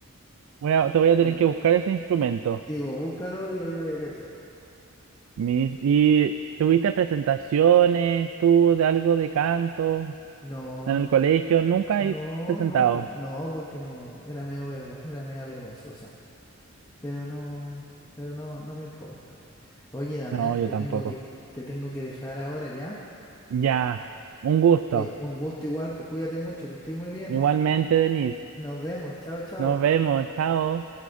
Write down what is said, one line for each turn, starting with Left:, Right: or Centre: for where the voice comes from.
Right: Voy a- te voy a tener
Left: Bueno,
Right: que buscar ese instrumento.
Left: sí, vos búscalo y ahí vaya a cachar.
Right: Mi- ¿y tuviste presentaciones, tú, de algo de canto
Left: No,
Right: en
Left: no.
Right: el colegio? Nunca
Left: No,
Right: he presentado.
Left: nunca. No, porque no, era medio vergo, era media vergonzosa. Pero no, pero no, no me importa. Oye, Damián,
Right: No, yo
Left: te
Right: tampoco.
Left: tengo que, te tengo que dejar ahora ya.
Right: Ya, un gusto.
Left: Oye, un gusto igual, pues cuídate mucho, que estés muy bien.
Right: Igualmente, Denise.
Left: Nos vemos, chao, chao.
Right: Nos vemos, chao.